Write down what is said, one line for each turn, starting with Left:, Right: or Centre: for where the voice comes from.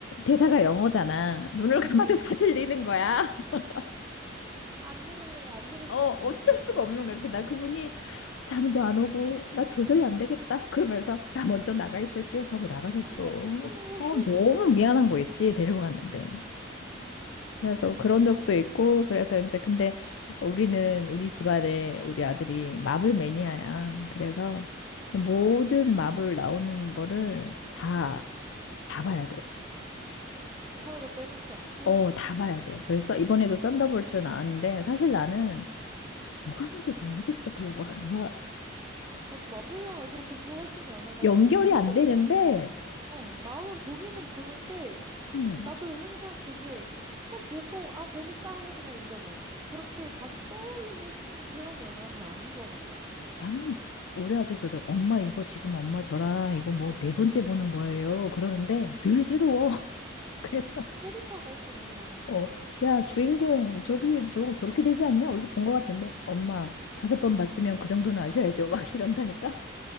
Left: 대사가 영어잖아. 눈을
Right: 그치.
Left: 감아도 다 들리는 거야. <laughs>
Right: 안 들으려면 안 들을
Left: 어,
Right: 수가
Left: 어쩔
Right: 없는.
Left: 수가 없는 거야. 그래서 나 그분이 잠도 안 오고 나 도저히 안 되겠다. 그러면서 나 먼저 나가 있을게 하고 나가셨어.
Right: 어머, 어떡해.
Left: 어, 너무 미안한 거 있지. 데리고 갔는데.
Right: 음.
Left: 그래서 그런 적도 있고 그래서 이제 근데 우리는 우리 집안에 우리 아들이 마블 매니아야. 그래서 모든 마블 나오는 거를 다 다 봐야 돼.
Right: 하나도 빼놓지 않고.
Left: 어, 다 봐야 돼. 그래서 이번에도
Right: 아,
Left: 썬더볼츠 나왔는데 사실 나는 뭐가 뭔지 모르겠어, 그 영화가. <laughs>
Right: 나도 마블 영화 그렇게 좋아하지는 않아가지고,
Left: 연결이
Right: 보기는
Left: 안 되는데,
Right: 봐. 어, 나오면 보기는 보는데,
Left: 음,
Right: 나도 항상 그게, 그냥 보고, 아, 재밌다 하고 그냥 잊어버려. 그렇게 다시 떠올리고 싶은 그런 영화는 아닌 것 같더라고.
Left: 나는 우리 아들 그러더라고. 엄마 이거 지금 엄마 저랑 이거 뭐 네 번째 보는 거예요. 그러는데 늘 새로워. <laughs> 그래서
Right: 캐릭터가 일단 너무 많잖아.
Left: 어, 야, 주인공 저기 저거 저렇게 되지 않냐? 어디서 본 것 같은데. 엄마 다섯 번 봤으면 그 정도는 아셔야죠. <laughs> 막 이런다니까.